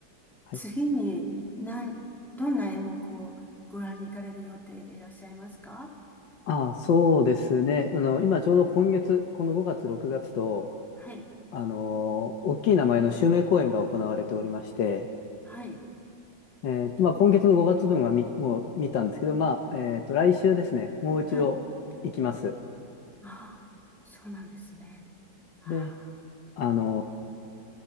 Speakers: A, on the left (about 80°); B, in the centre.
A: はい、
B: 次に、な、どんな演目をご覧に行かれる予定でいらっしゃいますか
A: ああ、そうですね。あの今ちょうど今月、この5月、6月と
B: はい、
A: あの大きい名前の襲名公演が行われておりまして、
B: はい、
A: えーとまあ、今月の5月分はみもう見たんですけど、まあえーと、来週ですね、もう一度行きます。
B: はい。ああ、そうなんですね。ああ
A: で、あの